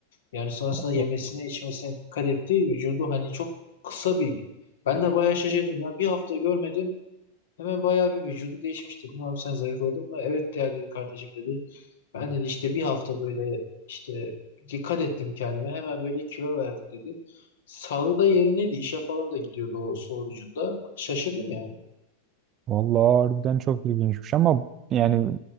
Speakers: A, on the left (about 60°); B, on the right (about 30°).
A: Yani sonrasında
B: Allah
A: yemesine içmesine dikkat etti. Vücudu hani çok kısa bir... Ben de bayağı şaşırdım ya. Bir hafta görmedim. Hemen bayağı bir vücudu değişmiş dedim. Abi sen zayıfladın mı? Evet ya dedi kardeşim dedi. Ben dedi işte bir hafta böyle işte dikkat ettim kendime. Hemen böyle kilo verdim dedi. Sağlığı da yerindeydi. İşe falan da gidiyordu o sorucunda. Şaşırdım yani.
B: Vallahi harbiden çok ilginçmiş ama yani